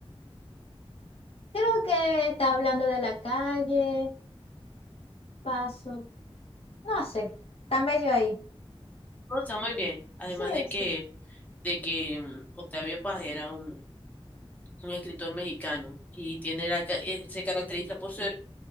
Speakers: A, on the left; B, on the left.
A: Creo que está hablando de la calle, paso, no sé, está medio ahí.
B: No, está muy bien. Además
A: Sí,
B: de
A: sí.
B: que, de que mm, Octavio Paz era un, un escritor mexicano y tiene la, ca- eh, se caracteriza por ser